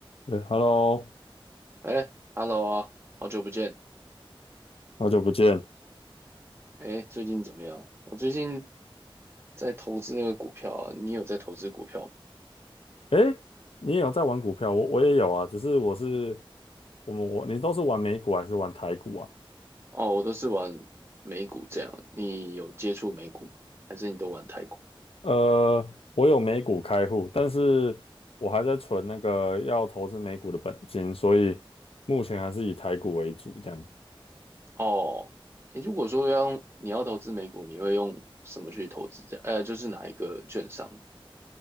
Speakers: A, on the left (about 85°); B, on the right (about 25°).
A: 对，Hello，
B: 哎，Hello 啊，好久不见。
A: 好久不见。
B: 哎，最近怎么样？我最近在投资那个股票啊，你有在投资股票吗？
A: 哎，你也有在玩股票？我我也有啊，只是我是我们我你都是玩美股还是玩台股啊？
B: 哦，我都是玩美股这样。你有接触美股吗？还是你都玩台股？
A: 呃，我有美股开户，但是我还在存那个要投资美股的本金，所以目前还是以台股为主这样。
B: 哦，哎，如果说要用你要投资美股，你会用什么去投资这样？呃就是哪一个券商？